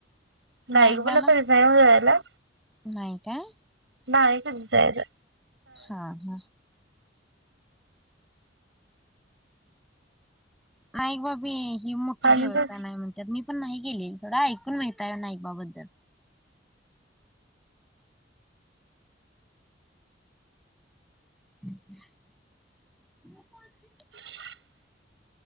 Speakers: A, on the right; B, in the centre.
A: नाईक
B: नाईकबाला
A: मला कधी नाही हो जायला.
B: नाही काय?
A: नाही कधी जायला.
B: हा हा. नाईक बाबी ही मोठं
A: आणि
B: देवस्थान
A: काय
B: आहे म्हणतात मी पण नाही. गेले सोडं ऐकून माहताय नाईबाबद्दल. म
A: मम